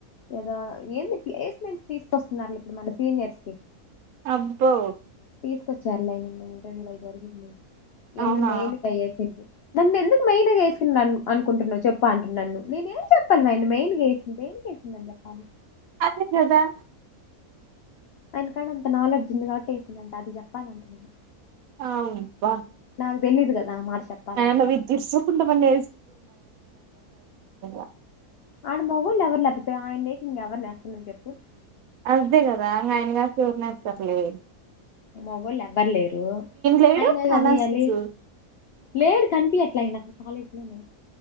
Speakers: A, on the left (about 75°); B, on the right (about 70°).
A: ఏదో ఎందుకు ప్లేస్మెంట్స్ తీసుకొస్తున్నారు లే ఇప్పుడు మన సీనియర్స్ కి
B: అబ్బో
A: తీసుకొచ్చారులే ఆయనని ఇంటర్వ్యూలో అయి జరిగింది.
B: అవునా
A: ఎన్ని మెయిన్ కయేసి నన్ను ఎందుకు మెయిన్గా ఏసుకున్న అనుకుంటున్నవు చెప్పు అంటుండు నన్ను. నేనేం ఏం చెప్పలి మే మెయిన్గా ఏస్ దేనికి ఏసిందని జెప్పాలి
B: అదే కదా
A: ఆయన కాడ అంత నాలెడ్జ్ ఉంది కాబట్టి ఏసిండంట, అది చెప్పాలంట నేను.
B: ఆయా బ్బ
A: <unintelligible> చెప్పాలని
B: న విదర్స కుండన్న <unintelligible>
A: ఆడ మగ్ళ్ళ ఎవరు లపోతా ఆయన నకి ఇంక ఎవరు నేస్తస్తున్నారు్ చెప్పు <unintelligible>
B: అస్దిే కదాంగా ఆయనగాసిఊర్నే తప్పలే <unintelligible>
A: మోగొల్లు లే ఎవ్వర్లేరు
B: లేడు
A: ఆయనే కదేయ్యాలి
B: అనాసిస్
A: లేడు కనిపి యట్లా అయినా కాలేజ్ లోనే